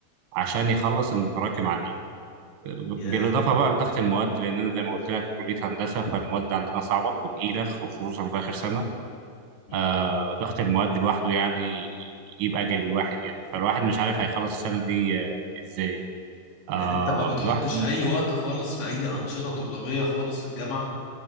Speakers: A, on the right; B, on the left.
A: عشان يخلص المتراكم عليه
B: يا
A: بالاضافه بقى لضغط المواد لان انا زي ما قلت لك في كليه هندسه فالمواد عندنا صعبه وتقيله خصوصا في اخر سنه
B: مم.
A: آه ضغط المواد لوحده يعني يجيب اجل الواحد يعني فالواحد مش عارف هيخلص السنه دي آه ازاي آه
B: يعني انت ما بتحطش
A: الواحد
B: اي وقت خالص في اي انشطة طلابية خالص في الجامعة